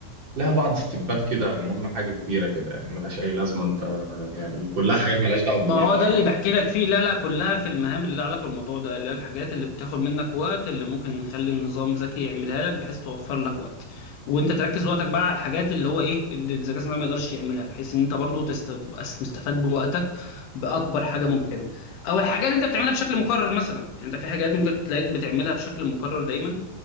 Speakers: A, on the right; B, on the left.
A: لها بعض ستيبات كده المهم حاجه كبيره كده يعني ملهاش اي لازمه انت يعني كلها حاجات ملهاش دعوه بالاي
B: ما هو ده
A: اي
B: اللي
A: يعني
B: بحكي لك فيه لا لا كلها في المهام اللي لها علاقه بالموضوع ده اللي هي الحاجات اللي بتاخد منك وقت اللي ممكن نخلي النظام ذكي يعملها لك بحيث توفر لك وقت وانت تركز وقتك بقى على الحاجات اللي هو ايه اللي الذكاء الصناعي ما يقدرش يعملها بحيث ان انت برضو تست- تبقى مستفاد بوقتك باكبر حاجه ممكنه او الحاجات اللي انت بتعملها بشكل مكرر مثلا يعني انت في حاجات ممكن تلاقيك بتعملها بشكل مكرر دايما